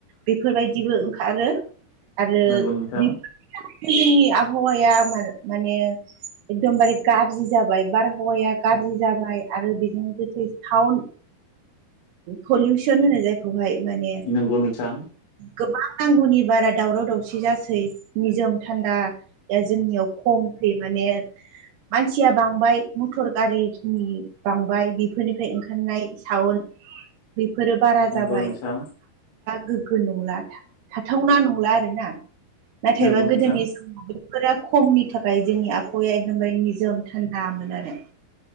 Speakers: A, on the right; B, on the left.
A: बेफोरबायदिबो ओंखारो आरो
B: नंगौ नोंथां
A: बे जोंनि आबहावाया माने एकदमबारे गाज्रि जाबाय बारहावाया गाज्रि जाबाय आरो बेजों लोगोसे टाउन पलिउसन होनाय जायखौहाय माने
B: नंगौ नोंथां
A: गोबां नांगौनि बारा दावराव दावसि जासै निजोम थान्दा जोंनियाव औ दे माने मानसिया बांबाय मटर गारिनि बांबाय बेफोरनिफ्राय ओंखारनाय साउन्ड बेफोरो बारा
B: नंगौ
A: जाबाय।
B: नोंथां
A: गोग्गो नंला थाथावना नंला आरो ना नाथायबा
B: नंगौ नोंथां
A: गोदोनि समाव फोर खमनि थाखाय जोंनि आबहावाया एखदमबारे निजोम थान्दामोन आरो।